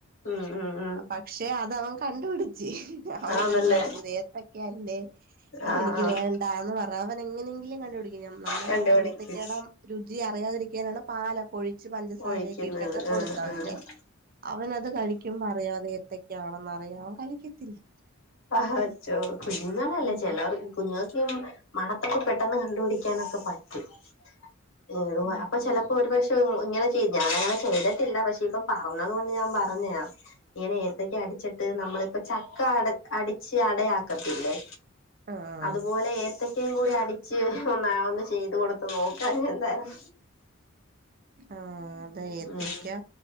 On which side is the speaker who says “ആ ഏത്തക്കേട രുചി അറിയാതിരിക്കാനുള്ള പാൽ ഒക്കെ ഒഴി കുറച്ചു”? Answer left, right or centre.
Right